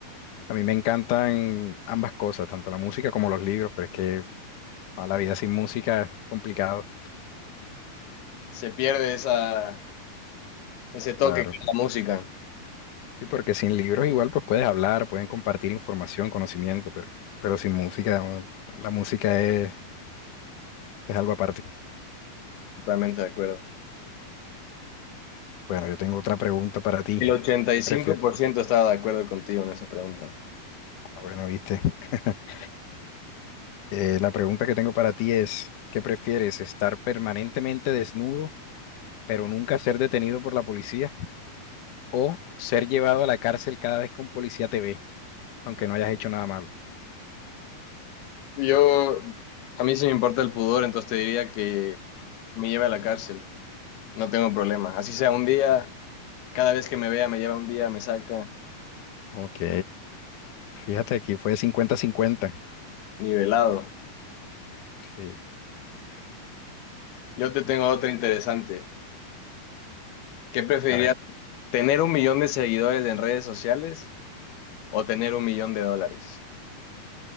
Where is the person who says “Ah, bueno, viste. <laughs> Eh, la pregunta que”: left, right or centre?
Left